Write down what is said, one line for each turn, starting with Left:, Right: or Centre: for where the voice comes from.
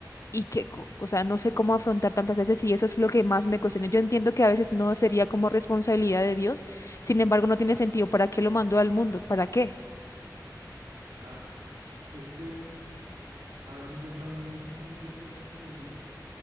Left: Y que, co- o sea, no sé cómo afrontar tantas veces y eso es lo que más me cuestiono. Yo entiendo que a veces no sería como responsabilidad de Dios, sin embargo, no tiene sentido. ¿Para qué lo mandó al mundo? ¿Para qué?
Right: exacto. Es que a veces yo también, es que yo pienso que